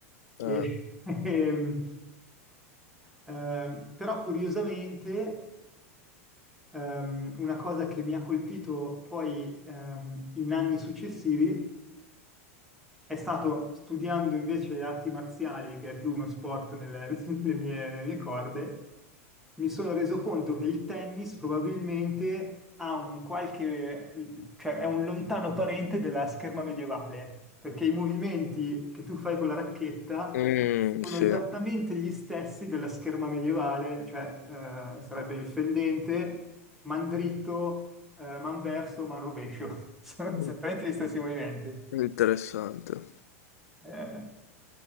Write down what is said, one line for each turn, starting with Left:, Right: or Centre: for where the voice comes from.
Centre: E-
Left: Ah,
Centre: <laughs> ehm, ehm, però curiosamente ehm, una cosa che mi ha colpito poi ehm, in anni successivi È stato studiando invece arti marziali, che è più uno sport nelle, <laughs> nelle mie, nelle mie corde, mi sono reso conto che il tennis probabilmente ha un qualche, cioè è un lontano parente della scherma medievale, perché i movimenti che tu fai con la racchetta
Left: mm,
Centre: sono
Left: sì.
Centre: esattamente gli stessi della scherma medievale, cioè eh, sarebbe il fendente, man dritto, eh, man verso, man rovescio. <laughs> Sono
Left: Mm,
Centre: esattamente gli stessi movimenti.
Left: Interessante.
Centre: Eh,